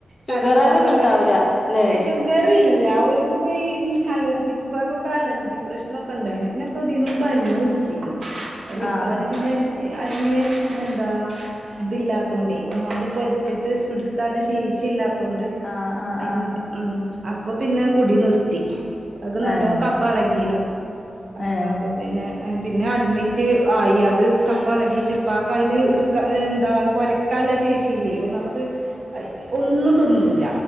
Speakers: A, on the left (about 40°); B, on the right (about 50°).
A: ഷുഗറാരൊന്നും
B: തടില്ലാത്തോണ്ട്
A: ഉണ്ടാവൂല അല്ലെ
B: അശോ വരില്ല അവക്കൊക്കെ ഈ അലർജി ഇപ്പകൊക്കെ അലർജി പ്രശ്നമൊക്കെ ഉണ്ടായിരുന്ന് പിന്നെ ഇപ്പതിൽ നിന്ന് മരുന്നു കുടിച്ചീന്ന് അതില്
A: ആഹ്
B: ഇപ്പ നേ പിന്നെ അയില് എന്താ ഇതില്ലാ ത്തൊണ്ടേ ഒന്നാമത് കൊരച്ചിട്ട് എടുക്കാനില്ല ശേഷി ഇല്ലാ തൊണ്ട്
A: ആഹ് ആഹ്
B: അയിൻ
A: ആഹ്
B: ഉം അപ്പൊ പിന്നെ കുടി നിർത്തി അത് നല്ലോ
A: ഏഹ്
B: കഫ പളകീനു ആ
A: ഏഹ്
B: അപ്പൊ പിന്നെ പിന്നെ അഡ്മിറ്റ് ആയി അത് കഫ ഇളകിയിട്ട് പ്പാക് അതിന് ഇടുക്കാ ഹേ എന്താ കൊര കലശേഷില്ലേ ഒന്നാമത്അതിന് ഒന്നും തിന്നൂല